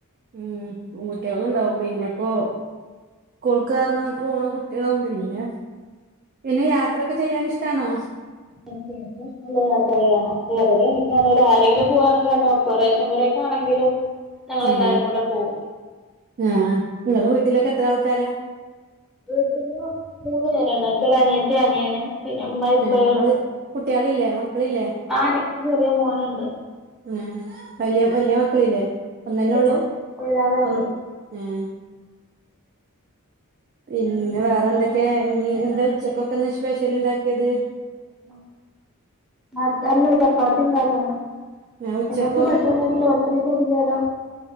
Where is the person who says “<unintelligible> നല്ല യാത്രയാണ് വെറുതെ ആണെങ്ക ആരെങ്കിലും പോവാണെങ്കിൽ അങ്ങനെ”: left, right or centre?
Centre